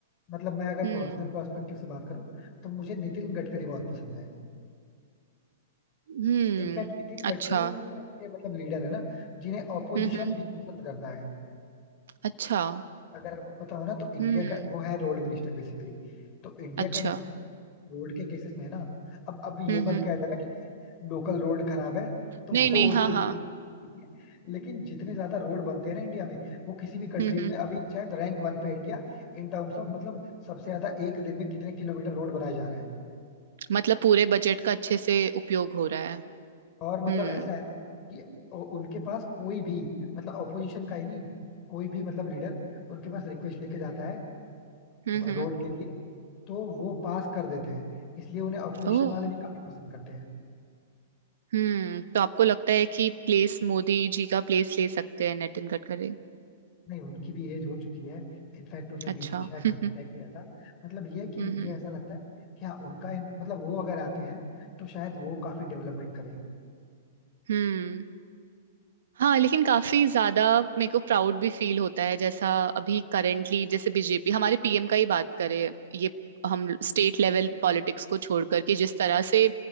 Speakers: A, on the left; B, on the right.
A: मतलब मैं अगर
B: हम्म
A: पर्सनल पर्सपेक्टिव से बात करूं तो मुझे नितिन गडकरी बहुत पसंद है
B: हम्म
A: इनफैक्ट नितिन गडकरी
B: अच्छा
A: एक ऐसे मतलब लीडर है ना जिन्हें ऑपोजिशन
B: हम्म हम्म
A: भी पसंद करता है
B: अच्छा
A: अगर आपको पता हो ना तो इंडिया
B: हम्म
A: का वो है रोड मिनिस्टर बेसिकली तो इंडिया
B: अच्छा
A: का इन्फ्लुएंस रोड के केसेस में है ना अब अब ये
B: हम्म
A: मत
B: हम्म
A: कह देना कि किसी लोकल रोड खराब है तो
B: नहीं
A: वो
B: नहीं
A: उनकी
B: हाँ हाँ
A: के लिए लेकिन जितने ज्यादा रोड बनते हैं ना इंडिया में वो किसी भी कंट्रीज
B: हम्म हम्म
A: में अभी शायद रैंक वन पे है इंडिया इन टर्म्स ऑफ मतलब सबसे ज्यादा एक दिन में कितने किलोमीटर रोड बनाए जा रहे हैं
B: मतलब पूरे बजट का अच्छे से उपयोग हो रहा है
A: और मतलब
B: हम्म
A: ऐसा है ना कि उ- उनके पास कोई भी मतलब ऑपोजिशन का ही नहीं कोई भी मतलब लीडर उनके पास रिक्वेस्ट लेके जाता है
B: हम्म हम्म
A: रोड के लिए तो वो पास कर देते हैं इसलिए उन्हें ऑपोजिशन
B: ओ
A: वाले भी काफी पसंद करते हैं
B: हम्म तो आपको लगता है कि प्लेस मोदी जी का प्लेस ले सकते हैं नितिन गडकरी
A: नहीं उनकी भी एज हो चुकी है इनफैक्ट उन्हें बीच
B: अच्छा
A: में शायद हार्ट
B: <laughs> हम्म
A: अटैक भी आया था मतलब ये है कि
B: हम्म
A: मुझे
B: हम्म।
A: ऐसा लगता है कि हाँ उनका इन- मतलब वो अगर आते हैं तो शायद वो काफी डेवलपमेंट करें
B: हम्म हाँ लेकिन काफी ज्यादा मेरे को प्राउड भी फील होता है जैसा अभी करेंटली जैसे बीजेपी हमारे पीएम का ही बात करें ये हम स्टेट लेवल पॉलिटिक्स को छोड़ करके जिस तरह से